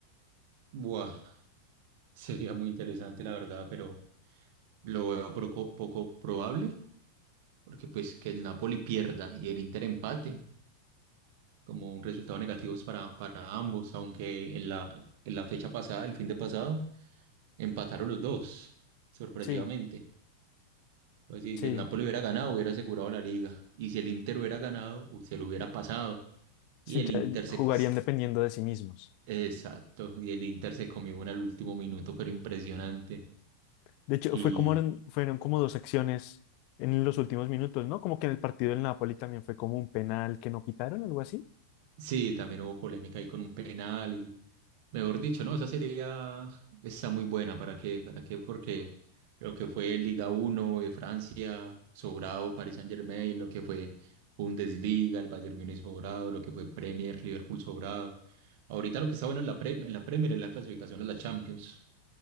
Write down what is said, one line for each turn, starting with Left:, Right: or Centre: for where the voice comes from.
Right: Buah, <laughs> sería muy interesante, la verdad, pero lo veo poco, poco probable, porque pues que el Napoli pierda y el Inter empate. como un resultado negativo para, para ambos, aunque en la, en la fecha pasada, el fin de pasado, empataron los dos, sorpresivamente.
Left: Sí,
Right: Pues sí,
Left: sí,
Right: si el Napoli hubiera ganado, hubiera asegurado la liga. Y si el Inter hubiera ganado, u- se lo hubiera pasado.
Left: sí,
Right: Y el Inter
Left: ya- ya
Right: se...
Left: jugarían dependiendo de sí mismos.
Right: Exacto, y el Inter se comió una al último minuto, pero impresionante.
Left: De hecho,
Right: Y
Left: fue como, eran- fueron como dos acciones en los últimos minutos, ¿no? Como que en el partido del Napoli también fue como un penal que no pitaron, algo así.
Right: sí, también hubo polémica ahí con un penal Mejor dicho, no, esa sería ya está muy buena. ¿Para qué? ¿Para qué? Porque lo que fue Liga uno de Francia, sobrado Paris Saint-Germain, lo que fue Bundesliga, el Bayern Múnich sobrado, lo que fue Premier, Liverpool sobrado. Ahorita lo que está bueno en la, pre- en la Premier es la clasificación a la Champions.